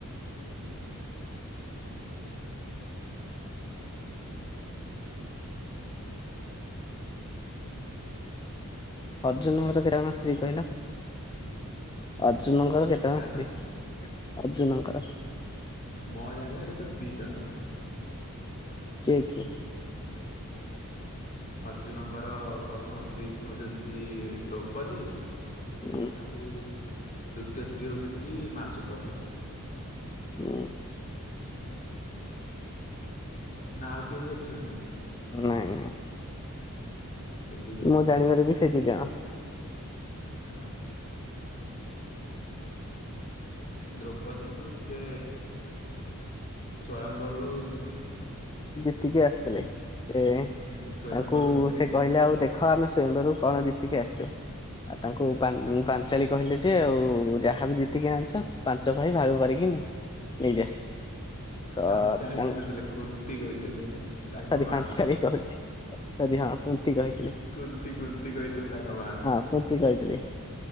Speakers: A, on the left (about 35°); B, on the left (about 20°).
A: ଓ ହ।
B: ଅର୍ଜୁନଙ୍କର <unintelligible> ଜଣ
A: ଆଉ
B: ସ୍ତ୍ରୀ
A: କଣ
B: କହିଲ?
A: କୁହ
B: ଅର୍ଜୁନଙ୍କର କେତେ ଜଣ
A: କାହାର
B: ସ୍ତ୍ରୀ? ଅର୍ଜୁନଙ୍କର?
A: ମ ଜାଣିବାରେ ତ ଦି ଜଣ।
B: କିଏ କି?
A: ଅର୍ଜୁନଙ୍କର ପ୍ରଥମ ସ୍ତ୍ରୀ ହୋଉଚନ୍ତି ଦ୍ରୌପଦୀ
B: ଉଁ
A: ଆଉ ଦ୍ଵିତୀୟ ସ୍ତ୍ରୀ ହଉଛନ୍ତି ମା ସୁଭଦ୍ରା।
B: ହୁଁ।
A: ନା ଆଉ କିଏ ବି ଅଛନ୍ତି?
B: ନାଇଁ ନାଇଁ।
A: ସେ ଦି ଜଣ।
B: ମୁଁ ଜାଣିବାରେ ବି ସେ ଦି ଜଣ।
A: ହହ। ଦ୍ରୌପଦୀଙ୍କୁ ସେ ସ୍ଵୟମ୍ବରରୁ ଜି
B: ଜିତିକି ଆସିଥିଲେ ଏ ତାଙ୍କୁ
A: ହୁଁ ସ୍ଵୟମ୍ବର ଜିତିକି
B: ସେ କହିଲେ
A: ଆସିଥିଲେ
B: ଆଉ ଦେକ୍ ଖ ଆମେ ସ୍ଵୟଂବରରୁ କଣ ଜିତିକି ଆସିଛୁ? ଆଉ ତାଙ୍କୁ ପା ପାଞ୍ଚାଳି କହିଲେ ଯେ ଆଉ ଯାହାବି ଜିତିକି ଆଣିଚ ପାଞ୍ଚ ଭାଇ ଭାଗ କରିକି ନେଇଯା। ତ
A: ପାଞ୍ଚାଳି
B: ତାଙ୍କ
A: କହିନଥିଲେ କୁନ୍ତି କହିଥିଲେ ତାଙ୍କ
B: ସରି
A: ମା।
B: ପାଞ୍ଚାଳି କହୁଛି ସରି ହଁ ପୁନ୍ତି କହିଥିଲି।
A: କୁନ୍ତି କୁନ୍ତି କହିତିଲେ ତାଙ୍କ ମା।
B: ହଁ କୁନ୍ତି କହିଥିଲି